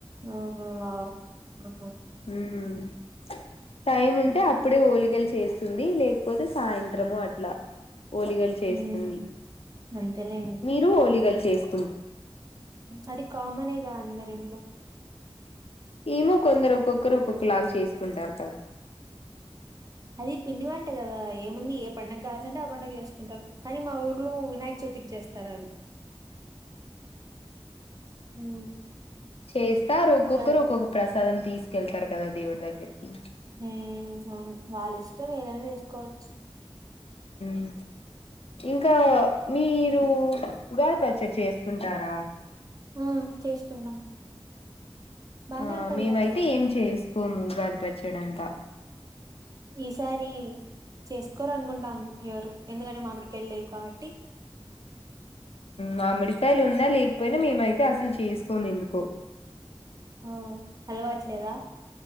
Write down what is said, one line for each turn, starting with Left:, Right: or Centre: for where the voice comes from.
Right: ఆ ఆవుహ
Left: ఉమ్ టైం ఉంటే
Right: ఉమ్.
Left: అప్పుడే ఓలిగలిచ చేస్తుంది లేకపోతే సాయంత్రము అట్లా ఓలిగలు చేస్తుంది
Right: ఉమ్. అంతేలేండి
Left: మీరు ఓలిగలు చేస్తు
Right: అది కామనేగా అందరు ఇంట్లో
Left: ఏమో కొందరు ఒక్కొక్కరు ఒక్కొక్కలాగా చేసుకుంటారు కదా
Right: అది పిండి వంట కదా ఏ ముంది ఏ పడుగ కాల్సి అంటే ఆ పండగ చేసుకుంటారు కానీ మా ఊర్లు వినాయక చవితికి చే తర అవి
Left: <inaudible>
Right: హ్మ్
Left: చేస్తా ఒక్కొక్కరు
Right: ఉగాది
Left: ర ఒక్కొక్క ప్రశ సదన్ తీసుకెళ్తారు కదా దేవుడి దగ్గరికి.
Right: మ్! వాళ్ళ ఇష్టం ఏదైనా చేసుకోవచ్చు.
Left: మ్! ఇంకా,
Right: ఉమ్,
Left: మీ మీరు ఉగాది పచ్చడి చేసుకుంటారా?
Right: ఆ చేసుకుంటాం. బానే
Left: ఆ
Right: ఉంటది
Left: మేమైతే
Right: గా
Left: ఏం చేసుకోము. ఉగాది పచ్చడంతా.
Right: ఈసారి చేసుకోరునుకుంటాం. ఎవరు? ఎందుకంటే మామిడి కాయలు లేవు కాబట్టి.
Left: మామిడికాయలు ఉన్నా లేకపోయినా మేమైతే అసలు చేసుకోము ఎందుకో?
Right: ఆ అలవాట్లేదా?